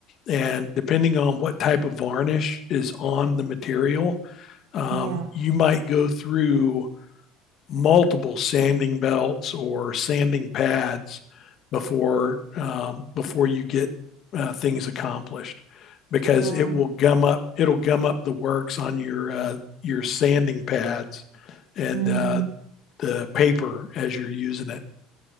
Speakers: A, on the left; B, on the right.
A: And depending on what type of varnish is on the material, um,
B: Yeah.
A: you might go through multiple sanding belts or sanding pads before um, before you get uh, things accomplished because
B: Wow.
A: it will gum up it'll gum up the works on your uh, your sanding pads and
B: Mm.
A: uh, the paper as you're using it